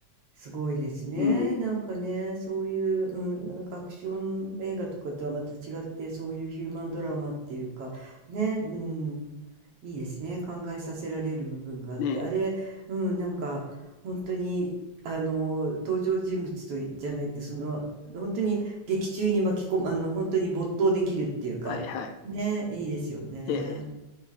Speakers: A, on the right; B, on the left.
A: すごいですね。
B: うん、
A: なんかね、そういう、うん、なんかアクション映画とかとはまた違って、そういうヒューマンドラマっていうか、ね、うん、いいですね。考えさせられる部分があって、
B: ね、
A: あれ、うん、なんか本当に、あの、登場人物とじゃないと、その、本当に劇中に巻き込む、あの、本当に没頭できるっていうか、
B: はいはい。
A: ね、いいですよね。
B: えー